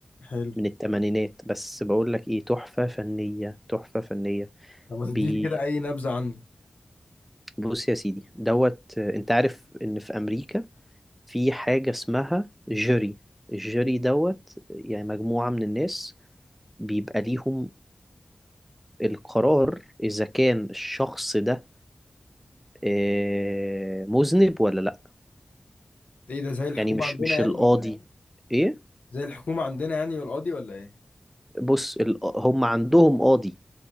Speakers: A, on the left; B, in the centre.
A: حلو
B: من التمانينات بس بقول لك ايه تحفة فنية تحفة فنية
A: طب ما
B: بي
A: تديلي كده اي نبذة عنه
B: بص يا سيدي دوت آه، انت عارف ان في امريكا في حاجة اسمها جوري الجوري دوت يعني مجموعة من الناس بيبقى ليهم القرار اذا كان الشخص ده آه، مذنب ولا لا
A: ايه ده زي الحكومة
B: يعني مش
A: عندنا
B: مش
A: يعني
B: القاضي
A: ولا ايه
B: ايه
A: زي الحكومة عندنا يعني والقاضي ولا ايه
B: بص ال- هم عندهم قاضي